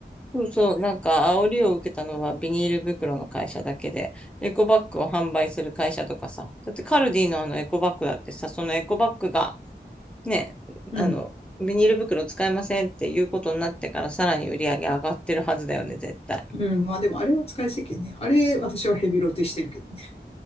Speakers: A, in the centre; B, on the left.
A: そうそう、なんか煽りを受けたのはビニール袋の会社だけで、エコバッグを販売する会社とかさ、だってカルディのあのエコバッグだってさ、そのエコバッグがね、
B: うん。
A: あの、ビニール袋使いませんっていうことになってからさらに売り上げ上がってるはずだよね、絶対。
B: うん。まあでもあれは使い捨てね。あれ私はヘビロテしてるけどね。